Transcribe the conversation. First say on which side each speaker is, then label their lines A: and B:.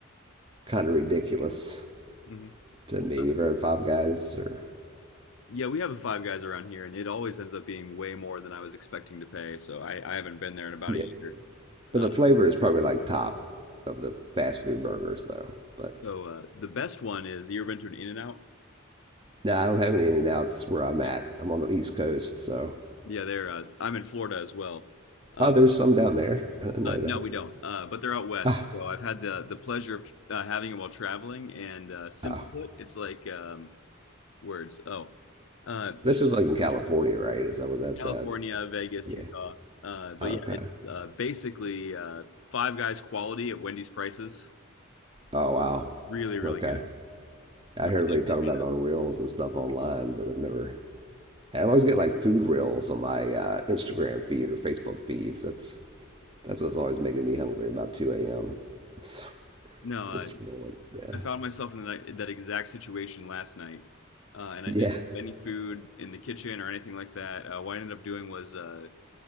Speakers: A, on the right (about 25°); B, on the left (about 70°).
A: kind of ridiculous
B: hmm
A: to me.
B: Uh,
A: You've heard of Five Guys, or
B: yeah, we have a Five Guys around here, and it always ends up being way more than I was expecting to pay. So I, I haven't been there in about
A: yeah,
B: a year.
A: but
B: Uh,
A: the flavor is probably like top of the fast food burgers though. But
B: so uh, the best one is you ever been to an In-N-Out?
A: no, I don't have any In N Outs where I'm
B: Yeah,
A: at. I'm on the East Coast, so
B: yeah. They're uh, I'm in Florida as well. Um,
A: oh, there's some down there. I didn't
B: Uh,
A: know
B: no,
A: that.
B: we don't. Uh, but they're out west,
A: Oh,
B: so I've had the the pleasure of uh, having it while traveling. And uh, simply
A: oh,
B: put, it's like um, words. Oh, uh,
A: this
B: it's
A: is
B: like
A: like in California, right? Is that where that's
B: California,
A: at?
B: Vegas,
A: Yeah.
B: Utah. Uh, but
A: Oh, Okay.
B: yeah, it's uh, basically uh, Five Guys quality at Wendy's prices.
A: Oh wow.
B: Really, really
A: Okay.
B: good.
A: I
B: Uh,
A: hear everybody
B: definitely
A: talking
B: kind
A: about
B: of.
A: it on reels and stuff online, but I've never. I always get like food reels on my uh, Instagram feed or Facebook feeds. That's that's what's always making me hungry about 2 a.m. <laughs> So
B: No, uh,
A: just scrolling. Yeah.
B: I found myself in that, that exact situation last night, uh, and
A: Yeah.
B: I didn't have any food in the kitchen or anything like that. Uh, what I ended up doing was uh,